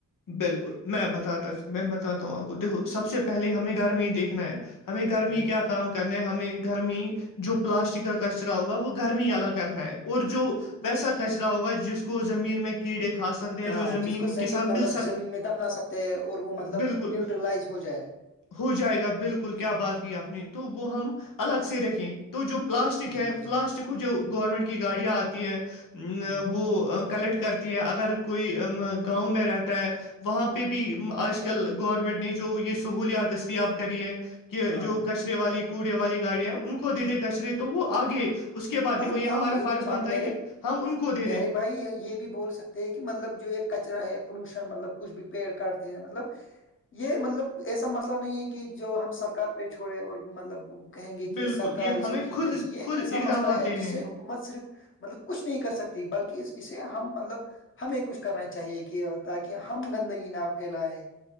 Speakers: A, on the left; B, on the left.
A: بالکل میں بتاتا میں بتاتا ہوں آپ کو دیکھو سب سے پہلے ہمیں گھر میں ہی دیکھنا ہے ہمیں گرمی
B: ہ
A: کیا کام کرنا ہمیں گرمی جو پلاسٹک کا کچرا ہوگا وہ گرمی ہی الگ کرنا ہے اور جو ویسا کچرا ہوگا جس کو زمین میں کیڑے کھا سکتے ہیں
B: ہاں
A: جو زمین
B: جس کو
A: کے ساتھ
B: مطلب
A: مل سکتے
B: زمین میں دفنا سکتے ہے اور وہ مطلب
A: بالکل
B: نیوٹرلائز ہو جائے
A: ہو جائے گا بالکل کیا بات کی آپ نے تو وہ ہم الگ سے رکھیں تو جو پلاسٹک
B: جی
A: ہے
B: جی
A: پلاسٹک کو جو گورنمنٹ کی گاڑیاں آتی ہیں
B: ہ
A: وہ کلیکٹ کرتی ہے اگر کوئی گاؤں میں رہتا ہے وہاں پہ بھی آج کل گورنمنٹ نے جو یہ سہولیات دستیاب کری ہے کہ کہ
B: ہاں
A: جو کچرے والی کوڑے والی گاڑیاں ہیں ان کو دے دے کچرے تو وہ آگے اس کے بعد
B: مطلب
A: دیکھو یہ
B: ہم
A: ہمارا فارض
B: با-
A: بنتا
B: میرے
A: ہے کہ ہم ان کو دے
B: پیارے
A: دیں
B: یہ بول سکتے ہیں کہ مطلب جو یہ کچرا ہے پولیوشن مطلب کچھ بھی پیڑ کاٹتے ہیں مطلب یہ مطلب ایسا مسئلہ نہیں ہے کہ جو ہم سرکار پہ چھوڑے اور مطلب کہیں گے کہ
A: بالکل
B: سرکار
A: یہ
B: اسے
A: ہمیں
B: ٹھیک
A: خود
B: کرے گی یہ
A: خود
B: ایسا
A: اقدامات
B: مسئلہ ہے
A: لینے
B: جس سے
A: ہیں
B: حکومت صرف مطلب کچھ نہیں کر سکتی بلکہ اسے ہم مطلب ہمیں کچھ کرنا چاہیے کہ تاکہ ہم گندگی نہ پھیلائے